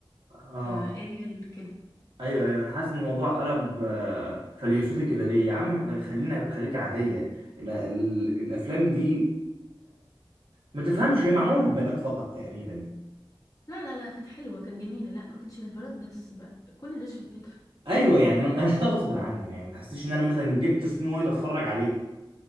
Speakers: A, on the right; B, on the left.
A: اه
B: آه، اريال كده
A: ايوه ايوه انا حاسس ان الموضوع قلب آه، فيلسوفي كده ليه يا عم احنا خلينا خليك عادية ال... ال... الافلام دي ما تفهمش هي معمولة للبنات فقط تقريبا
B: لا لا لا كانت حلوة كانت جميلة لا ما كانتش البنات بس بقى كل الناس شافتها
A: ايوه يعني ما انا أنا شفتها غصب عني يعني ما تحسيش ان انا مثلا جبت سنو وايت اتفرج عليها